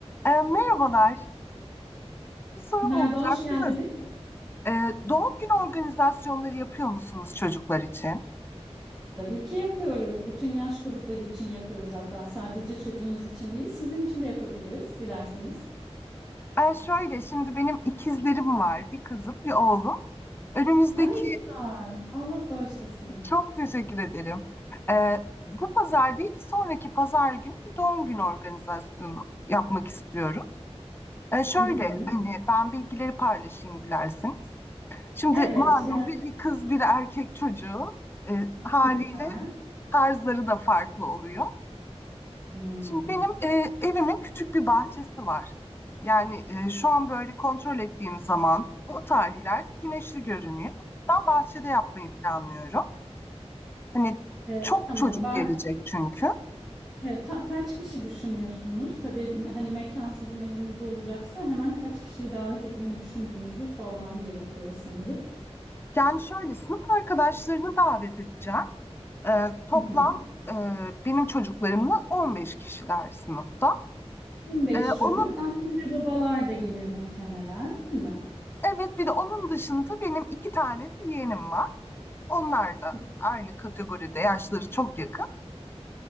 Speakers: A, on the left; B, in the centre.
A: E, merhabalar. Bir sorum
B: Merhaba,
A: olacaktı
B: hoş geldiniz.
A: da, e, doğum günü organizasyonları yapıyor musunuz çocuklar için?
B: Tabii ki yapıyoruz. Bütün yaş grupları için yapıyoruz hatta. Sadece çocuğunuz için değil, sizin için de yapabiliriz dilerseniz.
A: E, şöyle, şimdi benim ikizlerim var. Bir kızım, bir oğlum. Önümüzdeki,
B: Ha ne güzel. Allah bağışlasın.
A: çok teşekkür ederim. E, bu pazar değil, bir sonraki pazar günü bir doğum günü organizasyonu yapmak istiyoruz. E, şöyle,
B: Hı hı.
A: hani ben bilgileri paylaşayım dilerseniz. Şimdi
B: Evet,
A: malum
B: yani
A: bir kız, bir erkek çocuğu e, haliyle
B: süper.
A: tarzları da farklı oluyor.
B: Hmm.
A: Şimdi benim e, evimin küçük bir bahçesi var. Yani e, şu an böyle kontrol ettiğim zaman o tarihlerde güneşli görünüyor. O yüzden bahçede yapmayı planlıyorum. Hani
B: Ee,
A: çok
B: tamam.
A: çocuk
B: Ba
A: gelecek çünkü.
B: e, ta- kaç kişi düşünüyorsunuz? Tabii m- hani mekan sizin evinizde olacaksa hemen kaç kişiyi davet etmeyi düşündüğünüzü sormam gerekiyor sanırım.
A: Yani şöyle sınıf arkadaşlarını davet edeceğim. E, toplam
B: Hı hı.
A: e, benim çocuklarımla 15 kişiler sınıfta.
B: 15
A: E,
B: çocuk,
A: onun
B: anne ve babalar da gelir muhtemelen, değil mi?
A: evet bir de onun dışında benim iki tane de yeğenim var. Onlar da
B: İki.
A: aynı kategoride yaşları çok yakın.